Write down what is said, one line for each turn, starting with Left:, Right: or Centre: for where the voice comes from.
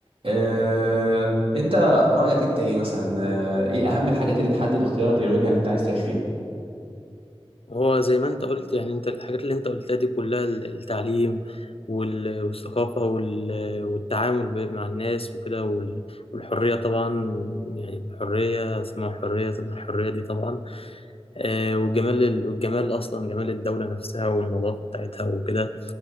Right: آه، انت رايك انت ايه مثلا آه، ايه اهم الحاجات اللي تحدد اختيارك للوجهه اللي انت عايز تعيش فيها
Left: هو زي ما انت قلت يعني انت الحاجات اللي انت قلتها دي كلها ال- التعليم وال- والثقافة وال- والتعامل ب- مع الناس وكده وال- والحرية طبعا يعني الحرية ثم الحرية ثم الحرية دي طبعا آه، والجمال ال- والجمال أصلا جمال الدولة نفسها والنظافة بتاعتها وكده